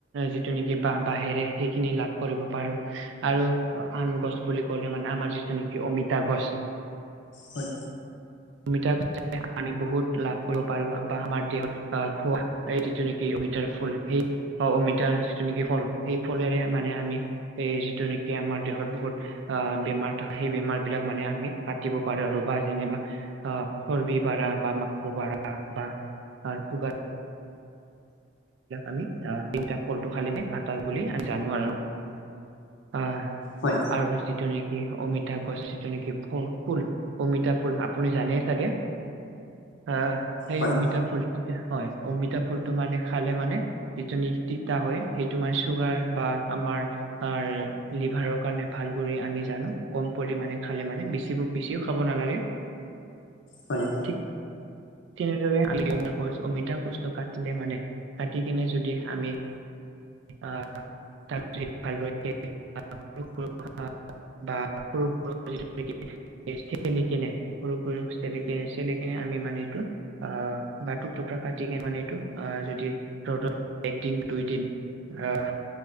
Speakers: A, on the right; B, on the left.
A: যিটো নেকি বা বাঁহেৰে সেইখিনি লাভ কৰিব পাৰো আৰু আন গছ বুলি কলে মানে আমাৰ যিটো নেকি অমিতা গছ।
B: হয়ঁ।
A: অমিতা গছেৰে আমি বহুত লাভ কৰিব পাৰো বা আমাৰ দেহত আহ খোৱা। এই যিটো নেকি অমিতাৰ ফুল সেই অঁ অমিতাৰ যিটো নেকি ফল সেই ফলেৰে মানে আমি। এই যিটো নেকি আমাৰ দেহত বহুত- আহ বেমাৰ থাকে সেই বেমাৰ বিলাক মানে আমি কাটিব পাৰোঁ আৰু বা যেনেবা চৰ্বি বাৰা বা মাংস বাৰা বা চুগাৰ- আমি আ, তিনটা ফলটো খালিমে আটাৰ বুলি আমি জানো আৰু। আহ।
B: হয়ঁ।
A: আৰু যিটো নেকি অমিতা গছ যিটো নেকি ফ-ফুল। অমিতা ফুল আপুনি জানে চাগে? আহ, সেই
B: হয়
A: অমিতা ফুলতিতে হয় অমিতা ফুলটো মানে খালে মানে- যিটো নি তিতা হয়ঁ সেই তোমাৰ চুগাৰ বা আমাৰ- আৰ, লিভাৰৰ কাৰণে ভাল বুলি আমি জানো কম পৰিমাণে খালে মানে বেছিভু- বেছিও খাব' নালাগে।
B: হয়ঁ।
A: ঠিক তেনেদৰে আমি গম নাপাওঁ অমিতা গছটো কাট- টিলে মানে কাটি কিনে যদি আমি আহ- <inaudible> বা সৰু সৰু এ, চেলি কেনে সৰু সৰু চেলি কেনে চেলি কেনে আমি মানে এইটো- আ, বাটুক টোকা কাটি কি মানে এইটো- আ, যদি সিহঁতৰ একদিন দুই দিন আহ-